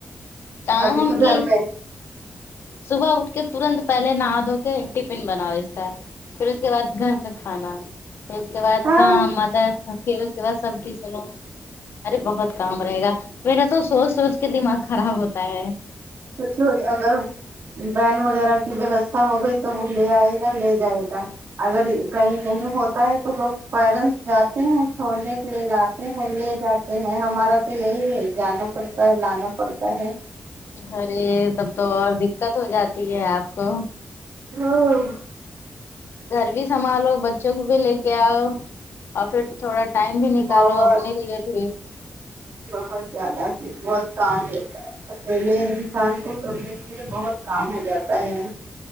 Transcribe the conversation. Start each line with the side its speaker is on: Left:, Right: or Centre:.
Left: ت
Right: ابھی
Left: ہم
Right: تو
Left: کی
Right: گھر میں
Left: صبح اٹھ کے ترنت پہلے نہا دھو کے ٹفن بناو اس کا پھر اس کے بعد گھر کا کھانا پھر اس کے بعد
Right: ہاں
Left: کام آتا ہے پھر اس کے بعد سب ک سنو ارے بہت کام رہے گا میرا تو سوچ سوچ کے دماغ خراب ہوتا ہے
Right: سوچوں اگر وین وغیرہ کی ویوستھا ہو گئی تو وہ لے آئے گا لے جائے گا اگر کہیں کہیں ہو تو لوگ پیرنٹس جاتے ہیں چھوڑنے کے لیے لاتے ہیں لے جاتے ہیں ہمارا تو یہی ہے جانا پڑتا ہے لانا پڑتا ہے
Left: ارے تب تو اور دقت ہو جاتی ہے آپ کو
Right: ہاں
Left: گھر بھی سنبھالو بچوں کو بھی لے کے آؤ اور پھر تھوڑا ٹائم بھی نکالو
Right: بہت
Left: اپنے لیے بھی
Right: بہت زیادہ بہت کام لیتا ہے اکیلے انسان کو کرنے کے لیے بہت کام ہو جاتا ہے